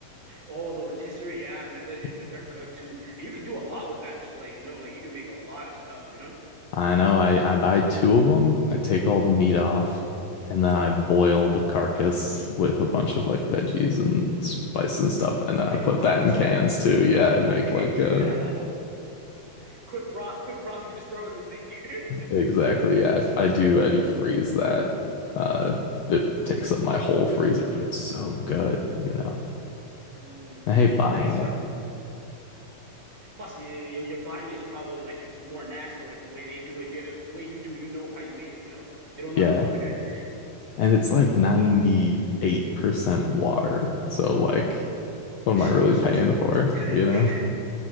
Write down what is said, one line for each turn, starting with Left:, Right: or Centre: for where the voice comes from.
Right: Oh, the rotisserie, yeah, man, they,
Left: Yeah.
Right: they- they're good too. And you can do a lot with that, just to let you know. Like you can make a lot of stuff, you know?
Left: I know. I, I buy two of them. I take all the meat off, and then I boil the carcass with a bunch of like veggies and spice and stuff, and then I
Right: Make
Left: put
Right: a broth
Left: that
Right: or
Left: in
Right: something.
Left: cans too. Yeah, I make
Right: <laughs>
Left: like uh
Right: Quick broth, quick broth, you can just throw in the thing. <laughs>
Left: exactly. Yeah, I, I do.
Right: I
Left: I do freeze that. Uh, it takes up my whole freezer, but it's so good, you know.
Right: mm,
Left: I hate buying
Right: I sound
Left: it.
Right: Plus, you're, buying it's probably like it's more nasty, like the way they do it. you the way you do, you know how you made it. You know, you don't know
Left: Yeah.
Right: how the other guys made it.
Left: And it's like 98% water. So like what
Right: It's
Left: am I really
Right: useless.
Left: paying for, you know?
Right: <laughs>